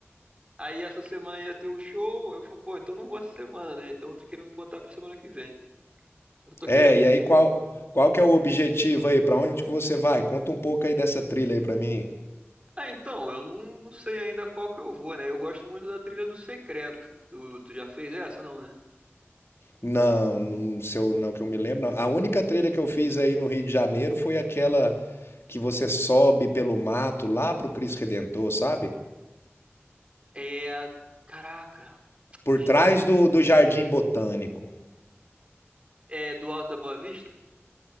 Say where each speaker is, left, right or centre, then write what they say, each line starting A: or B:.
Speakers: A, on the right; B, on the left.
A: Aí essa semana ia ter o show. Eu falei, pô, então não vou essa semana, né? Então eu tô querendo botar pra semana que vem. Eu tô
B: É,
A: querendo.
B: e aí qual qual que é o objetivo aí? Pra onde que você vai? Conta um pouco aí dessa trilha aí pra mim.
A: Ah, então, eu não, não sei ainda qual que eu vou, né? Eu gosto muito da trilha do Secreto. Tu, tu já fez essa, não, né?
B: Não, não sei, eu- não que eu me lembro, não. A única trilha que eu fiz aí no Rio de Janeiro foi aquela que você sobe pelo mato lá pro Cristo Redentor, sabe?
A: É a. Caraca,
B: Por
A: esqueci.
B: trás do, do Jardim Botânico.
A: É do Alto da Boa Vista?